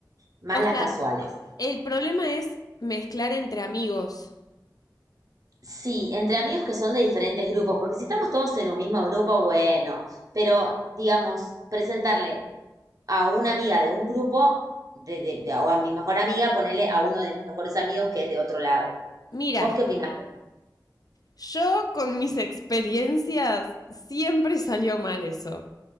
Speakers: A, on the right (about 50°); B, on the left (about 55°).
A: Más
B: O sea,
A: las casuales.
B: el problema es mezclar entre amigos.
A: Sí, entre amigos que son de diferentes grupos, porque si estamos todos en un mismo grupo, bueno, pero digamos, presentarle a una amiga de un grupo, de, de- de- o a mi mejor amiga, ponerle a uno de mis mejores amigos que es de otro lado.
B: Mira,
A: ¿Vos qué opinás?
B: yo con mis <laughs> experiencias siempre salió mal eso.